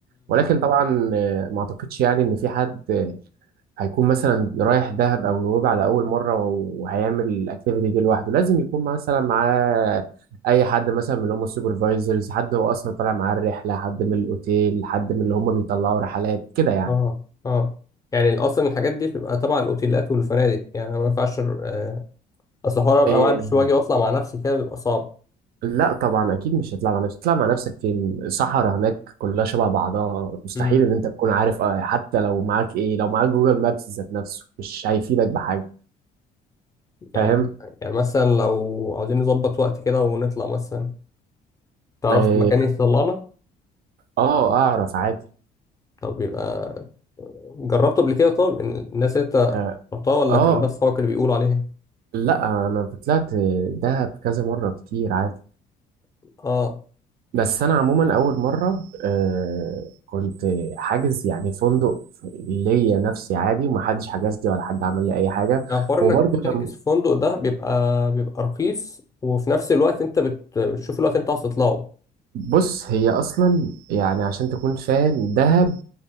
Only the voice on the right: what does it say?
ولكن طبعا آه، ما اعتقدش يعني ان في حد هيكون مثلا رايح دهب او نويبع على اول مره وهيعمل الاكتيفيتي دي لوحده لازم يكون مثلا معاه اي حد مثلا من اللي هم السوبرفايزرز حد هو اصلا طالع معاه الرحله حد من الاوتيل حد من اللي هم بيطلعوا رحلات كده يعني
إيه.
لا طبعا اكيد مش هتطلع مع نفسك تطلع مع نفسك فين صحراء هناك كلها شبه بعضها مستحيل
ان انت تكون عارف آه، حتى لو معاك ايه لو معاك جوجل مابس ذات نفسه مش هيفيدك بحاجه
فاهم
اه
آه، اعرف عادي
اه
آه.
لا انا طلعت دهب كذا مره كتير عادي
بس انا عموما اول مره آه كنت حاجز يعني فندق ليا نفسي عادي ومحدش حجز لي ولا حد عمل لي اي حاجه
وبرضه
لم-
بص هي اصلا يعني عشان تكون فاهم دهب